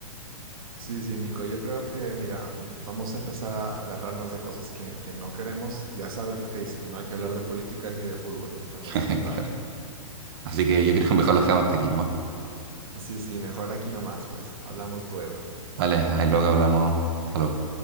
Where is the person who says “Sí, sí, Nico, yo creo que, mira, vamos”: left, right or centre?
Right